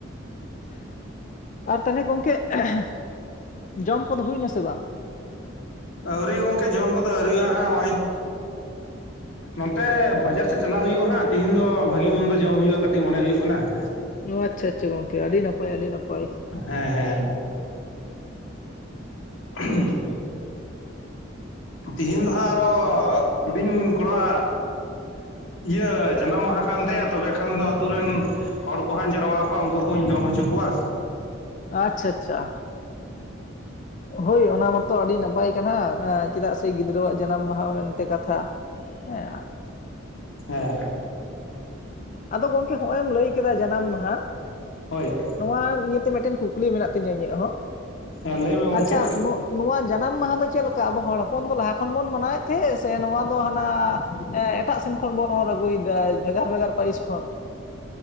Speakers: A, on the left; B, on the left.
A: <inaudible> ᱟᱨ ᱛᱟᱞᱦᱮ ᱜᱚᱝᱠᱮ <unintelligible> ᱡᱚᱢ ᱠᱚᱫᱚ ᱦᱩᱭ ᱱᱟᱥᱮ ᱵᱟᱝ?
B: ᱟᱹᱣᱨᱤ ᱜᱚᱝᱠᱮ ᱡᱚᱢ ᱠᱚᱫᱚ ᱟᱹᱣᱨᱤᱚᱜᱼᱟ <inaudible> ᱱᱚᱱᱛᱮ ᱵᱟᱡᱟᱨ ᱥᱮᱫ ᱪᱟᱞᱟᱜ ᱦᱩᱭᱩᱜ ᱦᱟᱸᱜ ᱛᱤᱦᱤᱧ ᱫᱚ ᱵᱷᱟᱜᱮ ᱢᱚᱱᱫᱚ ᱡᱚᱢ ᱦᱩᱭᱩᱜᱼᱟ ᱠᱟᱹᱴᱤᱡ ᱢᱚᱱᱮ ᱦᱩᱭᱩᱜ ᱠᱟᱱᱟ ᱾
A: ᱚ ᱟᱪᱪᱷᱟ ᱟᱪᱪᱷᱟ ᱜᱚᱝᱠᱮ ᱟᱹᱰᱤ ᱱᱟᱯᱟᱭ ᱟᱹᱰᱤ ᱱᱟᱯᱟᱭ ᱾ <inaudible>
B: ᱦᱮᱸ ᱦᱮᱸ <unintelligible> ᱛᱤᱦᱤᱧ ᱫᱚ ᱦᱟᱸᱜ ᱟᱨᱚ ᱦᱩᱰᱤᱧ ᱠᱚᱲᱟ ᱟᱜ ᱤᱭᱟᱹ ᱡᱟᱱᱟᱢ ᱢᱟᱦᱟ ᱠᱟᱱ ᱛᱟᱭᱟ ᱛᱚᱵᱮ ᱠᱷᱟᱱ ᱫᱚ ᱟᱹᱛᱩ ᱨᱮᱱ ᱦᱚᱲ ᱠᱚᱦᱟᱸᱧ ᱡᱟᱨᱣᱟ ᱠᱚᱣᱟ ᱩᱱᱠᱩ ᱠᱩᱧ ᱡᱚᱢ ᱦᱚᱪᱚ ᱠᱚᱣᱟ᱾
A: ᱟᱪᱪᱷᱟ ᱟᱪᱪᱷᱟ ᱾ ᱦᱳᱭ ᱚᱱᱟ ᱢᱟᱛᱚ ᱟᱹᱰᱤ ᱱᱟᱯᱟᱭ ᱠᱟᱱᱟ ᱮᱸ ᱪᱮᱫᱟᱜ ᱥᱮ ᱜᱤᱫᱽᱨᱟᱹᱣᱟᱜ ᱡᱟᱱᱟᱢ ᱢᱟᱦᱟ ᱢᱮᱱ ᱛᱮ ᱠᱟᱛᱷᱟ᱾ <unintelligible>
B: ᱦᱮᱸ ᱾
A: ᱟᱫᱚ ᱜᱚᱝᱠᱮ ᱦᱚᱸᱜᱼᱚᱭ ᱮᱢ ᱞᱟᱹᱭ ᱠᱮᱫᱟ ᱡᱟᱱᱟᱢ ᱢᱟᱦᱟ
B: ᱦᱳᱭ,
A: ᱱᱚᱣᱟ ᱱᱤᱭᱟᱹᱛᱮ ᱢᱤᱫ ᱴᱮᱱ ᱠᱩᱠᱞᱤ ᱢᱮᱱᱟᱜ ᱛᱤᱧᱟᱹ ᱤᱧᱟᱹᱜ ᱦᱮᱸ
B: ᱦᱮᱸ ᱞᱟᱹᱭ ᱢᱮ ᱜᱚᱝᱠᱮ
A: ᱟᱪᱪᱷᱟ ᱱᱚᱣᱟ ᱡᱟᱱᱟᱢ ᱢᱟᱦᱟᱸ ᱫᱚ ᱪᱮᱜ ᱞᱮᱠᱟ ᱟᱵᱚ ᱦᱚᱲ ᱦᱚᱯᱚᱱ ᱫᱚ ᱞᱟᱦᱟ ᱠᱷᱚᱱ ᱵᱚᱱ ᱢᱟᱱᱟᱣ ᱮᱫ ᱛᱷᱮ ᱥᱮ ᱱᱚᱣᱟ ᱫᱚ ᱦᱟᱱᱟ ᱮᱴᱟᱜ ᱥᱮᱱ ᱠᱷᱚᱱ ᱵᱚᱱ ᱚᱨ ᱟᱹᱜᱩᱭᱫᱟ ᱵᱷᱮᱜᱟᱨ ᱵᱷᱮᱜᱟᱨ ᱯᱟᱭᱤᱥ ᱠᱷᱚᱱ ᱾